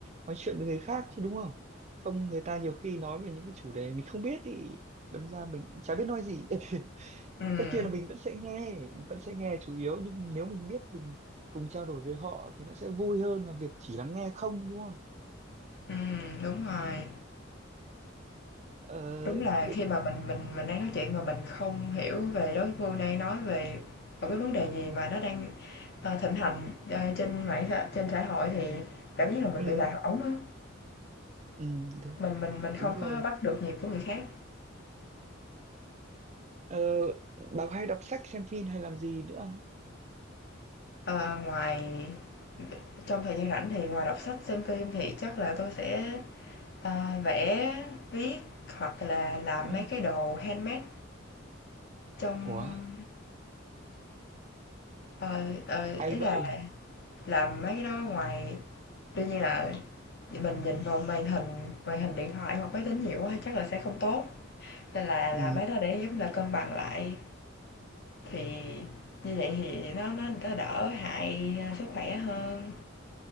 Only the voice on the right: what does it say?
nói chuyện với người khác chứ đúng không không người ta nhiều khi nói về những cái chủ đề mình không biết thì đâm ra mình cũng chả biết nói gì <laughs>
tất nhiên là mình vẫn sẽ nghe mình vẫn sẽ nghe chủ yếu nhưng nếu mình biết mình cùng trao đổi với họ thì nó sẽ vui hơn là việc chỉ lắng nghe không đúng không
ờ
bị-
ừ,
ừ,
đúng rồi
ờ, bà có hay đọc sách xem phim hay làm gì nữa không
Ồ,
ủa
hay
vậy
ừ